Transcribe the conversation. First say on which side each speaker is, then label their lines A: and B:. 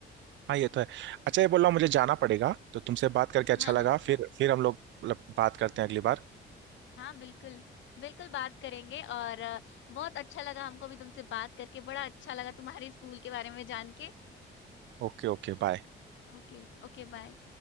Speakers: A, on the right; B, on the left.
A: हाँ ये तो है अच्छा ये बोल रहा हूँ मुझे जाना पड़ेगा तो तुमसे बात करके अच्छा
B: हाँ
A: लगा
B: हाँ
A: फिर फिर हम लोग मतलब बात करते हैं अगली बार
B: हाँ बिल्कुल बिल्कुल बात करेंगे और अ, बहुत अच्छा लगा हमको भी तुमसे बात करके बड़ा अच्छा लगा तुम्हारे स्कूल के बारे में जान के
A: Okay okay bye
B: Okay okay bye